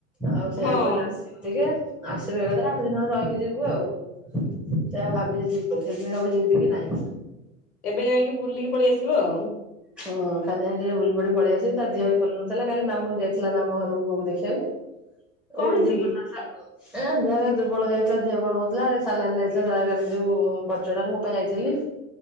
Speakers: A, in the centre; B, on the left.
A: ଆଉ ସେଇଆ
B: ହଁ
A: କୁ କହିଲେ ଆସିବୁ ଟିକେ। ଆସିବୁ ଏକାଥରେ ଆଠ ଦିନ ହେବ ରହିକି ଯିବୁ ଆଉ। ସେଇଆ ଭାବିଛି ଯିବି ବୋଲି। ସେଇଆକୁ ଯିବି କି ନାଇଁ
B: ଏବେ ଯାଇଁକି ବୁଲିକି ପଳେଇ ଆସିବ ଆଉ।
A: ହଁ କାଲି ଯାଇଁ କି ଟିକେ ବୁଲି ପଡିକି ପଳେଇଆସିବି ତା ଦିହ ବି ଭଲ ନଥିଲା କାଲି ମାମୁନି ଯାଇଥିଲା ପା ଆମ ଘରକୁ ବୋଉକୁ ଦେଖିବାକୁ ।
B: କଣ
A: ଓ
B: ହେଇଛି
A: ଜୀବନ
B: କି?
A: ସାଗୋ। ଏ ଦେହ ଫେଅ ଦୁର୍ବଳ ହେଇଯାଇଥିଲା ଦିହ କଣ ହଉଥିଲା ସାଲାଇନ ଲାଗିଥିଲା ଜାରକା ରେ ଯୋଉ ବଡଚଣାରେ ମୁଁ ପା ଯାଇଥିଲି